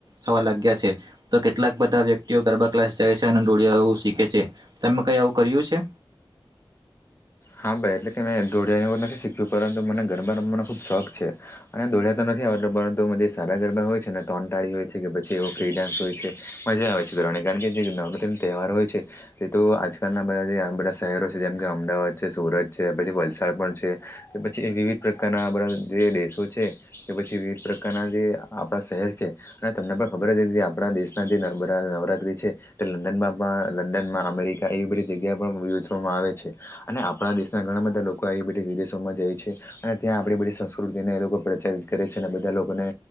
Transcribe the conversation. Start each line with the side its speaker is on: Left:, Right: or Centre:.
Right: થવા લાગ્યા છે. તો કેટલાક બધા વ્યક્તિઓ ગરબા ક્લાસ જાય છે અને ડોળિયાું શીખે છે તમે કઈ આવું કર્યું છે.
Left: હા ભાઈ એટલે કે મે ધોડિયા નથી શીખ્યું પરંતુ મને ગરબા રમવાનો ખુબ શોખ છે. અને દોડ્યા તો નથી આવતો પરંતુ જે સાબા ગરબા હોય છે ને તોન ટાળી હોય છે કે પછી એવો ફ્રી ડાન્સ હોય છે. મજા આવે છે કરવાની કારણ કે જે નવરાત્રી નો તહેવાર હોય છે તે તો આજકાલના બધા જે આ બધા શહેરો છે જેમ કે અમદાવાદ છે સુરત છે પછી વલસાડ પણ છે કે પછી એ વિવિધ પ્રકારના બધા જે દેશો છે કે પછી વિવિધ પ્રકારના જે આપણા શહેર છે હ તમને પણ ખબર જ કે આપણા દેશના જે નમ નવરાત્રી છે લંડનમાં પણ લંડનમાં અમેરિકા એવી બધી જગ્યા પણ યોજવામાં આવે છે અને આપણા દેશના ઘણા બધા લોકો આવી બધી વિદેશોમાં જાય છે અને ત્યાં આપડી બધી સંસ્કૃતિને એ લોકો પ્રચલિત કરે છે અને બધા લોકોને